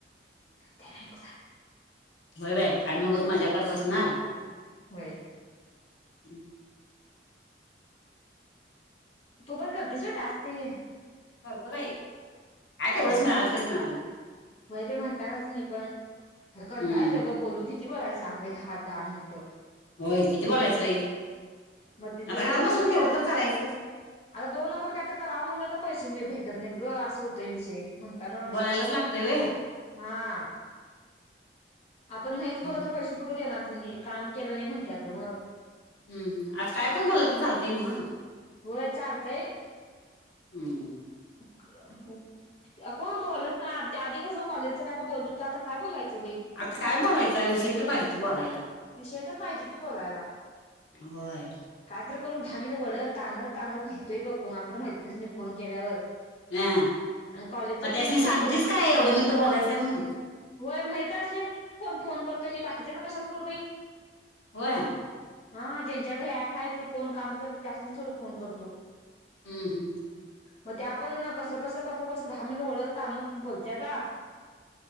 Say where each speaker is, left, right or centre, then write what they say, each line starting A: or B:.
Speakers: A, on the left; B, on the left.
A: नाहीतर
B: व्हय बाई आम्ही उगच मज्या करत बसणार
A: व्हय
B: हम्म.
A: तू पण करतीस व्हय टास्क ते?
B: करतो बाई. काय तेवढंच
A: हा हा
B: मिळाल तर मिळालं
A: व्हय बाई म्हणतानाच मी पण खरं कंटाळा
B: हम्म
A: येतोय बघ बोलून कि ती बोलायचं सांग बाई दहा दहा मिनिटं.
B: व्हय किती बोलायचंय बाई,
A: मग ते
B: आता
A: जर
B: घरात
A: दोन
B: बसून
A: नंबर
B: तेवढं
A: काय
B: तर करायचं.
A: आता दोन नंबर काय तर कराव म्हणलं तर पैसे भी भेटत नाहीत ग असं होतंय विषय. म्हणतान
B: बोलायलाच लागतंय व्हय
A: हा. आपण नाहीच
B: हम्म
A: बोललो त पैसे कुठ देणार त्यांनी काम केलं नाय म्हणत्यात ग मग
B: हूं हूं आत काय पण बोललं त चालतय न्हवं.
A: व्हय चालतंय.
B: अम्म
A: <unintelligible> अ कोण बोलत नाय आ त्या आधी कसं कॉलेजचं काय त बोलत होत आता काय बोलायचं बई.
B: आता काय बोलायचंय, विषय तर पाहिजे की, बोलायला.
A: विषय तर पाहिजे की, बोलायला.
B: होय
A: काय तर करून दहा मिनिटं वडत ताणत ताणत नेहतोय बघ, कोणाला तर मैत्रिणीसनी फोन केल्यावर
B: हया
A: आणि कॉलेजचं
B: म त्यासनी
A: पण झालंय
B: सांगतेस काय? एवढं मिनटं बोलायचंय म्हणून
A: व्हय. माहित असलेल्यानाच फोन फोन करतोय मी बाकीच्यांना कशाला करु बई.
B: होय
A: हा ज्यांच्याकडे हे ऍप आहेत. कोण काम करतय. त्यास्नीच तेवढं फोन करतो.
B: हूं हम्म
A: म त्यापण अ कसं बस, कसं बस दहा मिनटं वढत ताणत बोल त्याता